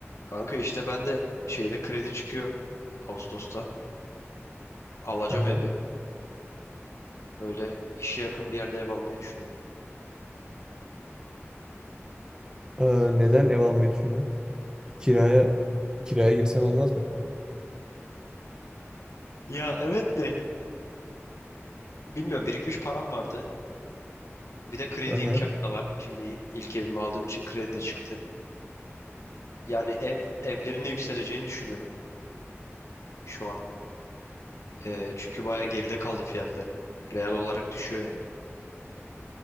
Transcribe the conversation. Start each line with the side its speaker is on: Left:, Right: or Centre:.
Left: Kanka işte ben de şeyde kredi çıkıyor Ağustos'ta. Alacağım
Right: Aha.
Left: evi. Böyle işe yakın bir yerde ev almayı düşünüyorum.
Right: Aa, neden ev almayı düşünüyorsun? Kiraya kiraya girsen olmaz mı?
Left: Ya evet de. Bilmiyorum birikmiş param vardı. Bir de kredi
Right: Aha.
Left: imkanı da var. Şimdi ilk evimi aldığım için kredi de çıktı. Yani ev evlerin de yükseleceğini düşünüyorum şu an. Ee, çünkü bayağı geride kaldı fiyatları. Real olarak düşüyor yani.